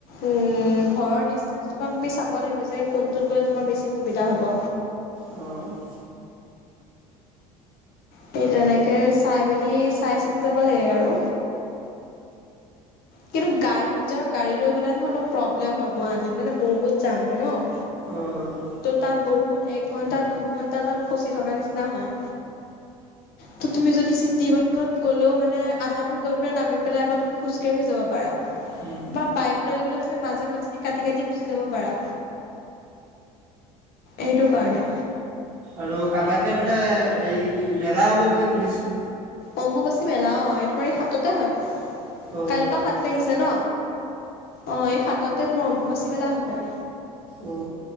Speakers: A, on the left (about 55°); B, on the right (about 60°).
A: উম, ঘৰৰ ডিচটেন্সটোৰ পৰা তুমি চাব লাগিব যে কোনটোত গৈ আপোনাৰ বেছি সুবিধা হ'ব।
B: অ'।
A: সেই তেনে কে চাই মেলি চাই চিতি যাব লাগে আৰু। কিন্তু গাড় নিজৰ গাড়ী লৈ গ'লে নহয় অলপ প্ৰব্লেম হয় গুৱাহাটীত মানে বহুত যাম হয় ন'
B: অ'
A: ত' তাত বহুত এক একঘণ্টা, দুঘন্টা তাত ফচি থকা নিচিনা হয় ত' তুমি যদি চিটি বাছত গ'লেও মানে আধা দূৰ গৈ পেলাই নামি পেলাই আকৌ তুমি খোঁজ যাব পাৰা
B: উম
A: বা, বাইক লৈ গ'লে তুমি মাজে, মাজেদি কাটি, কাটি গুচি যাব পাৰা। সেইটো কাৰণে।
B: আৰু কামাখ্যা। এইপিনে এই, কি মেলা হ'ব বুলি শুনিছোঁ।
A: অম্বুবাচী মেলা অ', এইটো মানে সাততে হয়।
B: অ'
A: কাইলৈপা সাত লাগিছে ন? অ', এই সাততে তোমাৰ অম্বুবাচী মেলা হয়।
B: অ'